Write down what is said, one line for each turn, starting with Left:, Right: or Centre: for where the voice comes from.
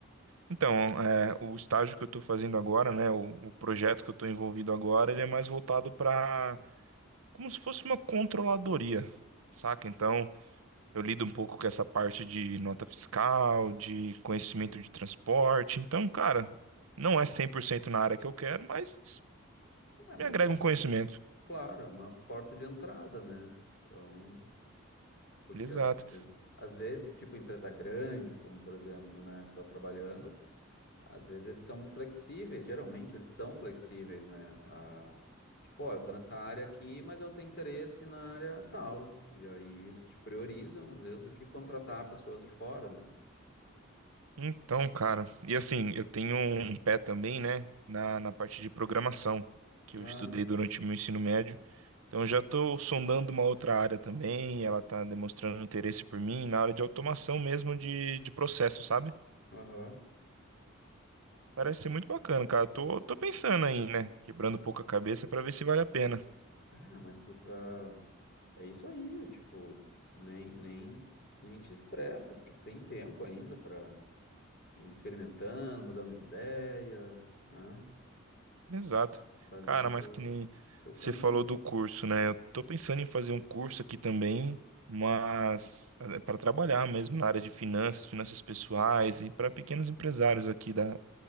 Right: Então, é, o estágio que eu estou fazendo agora, né, o, o projeto que eu estou envolvido agora, ele é mais voltado para como se fosse uma controladoria, saca? Então, eu lido um pouco com essa parte de nota fiscal, de conhecimento
Left: Uhum.
Right: de transporte. Então, cara, não é 100% na área que eu quero, mas
Left: É, mas
Right: me agrega
Left: é uma-
Right: um conhecimento.
Left: claro, é uma porta de entrada, né? Então, porque
Right: Exato.
Left: às ve- às vezes, tipo, empresa grande, como por exemplo, né, que tá trabalhando, às vezes eles são flexíveis, geralmente eles são flexíveis, né? A, tipo, ó, eu tô nessa área aqui, mas eu tenho interesse na área tal. E aí eles te priorizam, às vezes, do que contratar pessoas de fora,
Right: Então, cara, e assim, eu tenho um pé também, né, na, na parte de programação, que
Left: né?
Right: eu estudei durante o meu ensino médio. Então já estou sondando uma outra área também, ela está demonstrando interesse por mim na área de automação mesmo de, de processo, sabe?
Left: Aham.
Right: Parece ser muito bacana, cara. Tô, tô pensando aí, né? Quebrando um pouco a cabeça para ver se vale a pena.
Left: Ah, mas tu tá. É isso aí, tipo, nem, nem, nem te estressa, porque tem tempo ainda pra ir experimentando, mudando de ideia, né?
Right: Exato.
Left: Fazendo
Right: Cara,
Left: teu,
Right: mas que nem
Left: teu
Right: você
Left: caminho.
Right: falou do curso, né? Eu tô pensando em fazer um curso aqui também, mas para trabalhar mesmo na área de finanças, finanças pessoais e para pequenos empresários aqui da,